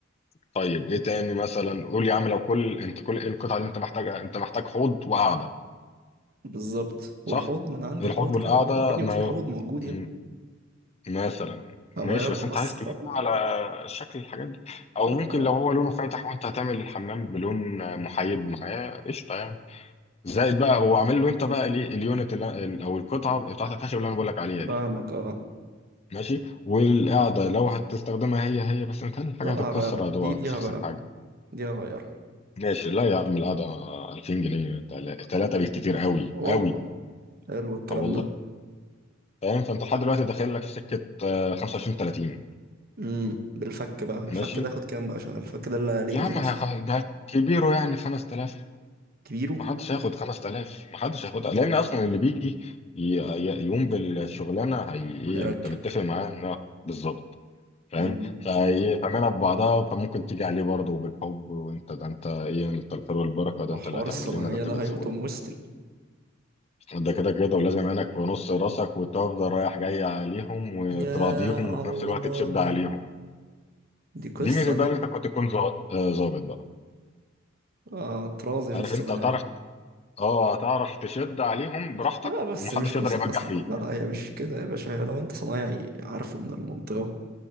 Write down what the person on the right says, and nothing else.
بالظبط والحوض
ما انا عندي
حوض
كده كده يا ابني
ما في حوض موجود يا
ابني
هغيره
بس
خلاص
آه،
فاهمك اه
لا لا
هغير
دي دي
هغير
دي هغير
والله
حلو الكلام
ده
امم بالفك بقى الفك
ده ياخد كام بقى عشان الفك ده اللي قلقني
اصلا
كبيره
هيركب
امم
ده
حوار
الصناعية
ده
هيقطم وسطي
يا
الله
دي قصة
دي
اه طرازي
في الصناعية
لا بس
مش قصة
أصلا
لا لا هي مش كده يا باشا هي لو أنت صنايعي عارفه من المنطقة